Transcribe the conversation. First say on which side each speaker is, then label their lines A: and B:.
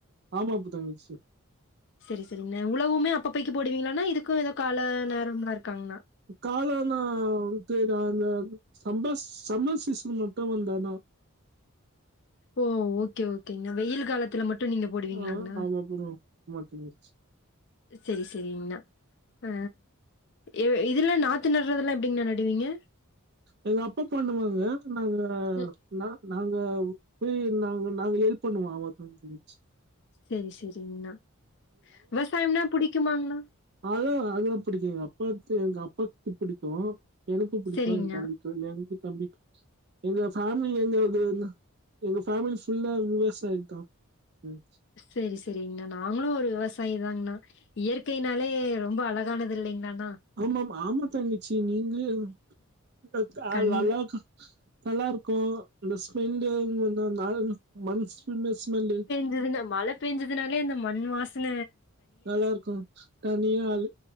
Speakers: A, on the right (about 50°); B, on the left (about 55°).
A: ஆமா பு தங்கச்சி
B: செரி செரிங்ண்ண உழவுமே அப்பபைக்கு போடுவீங்களாண்ணா இதுக்கோ ஏதோ கால நேரம்லா இருக்காங்ண்ணா
A: காலோன்னா தேவ அந்த சம்பஸ் சம்மர் சீசன் மட்டு வந்தாதா
B: ஓ ஓகே ஓகேங்ண்ணா வெயில் காலத்துல மட்டு நீங்க போடுவீங்ளாங்ண்ணா
A: ஆ, ஆமா போடுவோம் ஆமா தங்கச்சி
B: செரி செரிங்ண்ணா அ எ இதுல நாத்து நட்றதுல்லா எப்டிங்ண்ணா நடுவீங்க
A: எங்க அப்பா பண்ணுவாங்க நாங்க
B: ம்
A: நா நாங்க போய் நாங் நாங்க ஹெல்ப் பண்ணுவோ அவ தம்பி தங்கச்சி
B: செரி செரிங்ண்ணா விவசாயம்னா புடிக்குமாங்ண்ணா
A: அது அதுல்லா புடிக்கோ எங்க அப்பாக்கு எங் அப்பாக் புடிக்கோ எனக்கு புடிக்கோ
B: சரிங்கண்ணா
A: என் தம்பிக் எனக்கு தம்பிக்கு எங்க ஃபேமிலி எங்காவ்துன்னா எங்க ஃபேமிலி ஃபுல்லா விவசாயம் தா ம்
B: செரி செரிங்ண்ணா நாங்ளு ஒரு விவசாயி தாங்ண்ணா இயற்கையினாலே ரொம்ப அழகானது இல்லைங்களானா
A: ஆமாம் ஆமா தங்கச்சி நீங்ளே இங்க கால்
B: கண்
A: நல்லாக்கு நல்லாருக்கு இந்த ஸ்மெல்லு இவங்க வந்து மேல மண் ஸ்ம ஸ்மெல்லு
B: இங்கன மழ பேஞ்சுதுனாலே அந்த மண் வாசன
A: நல்லாருக்கும் தனியா அல்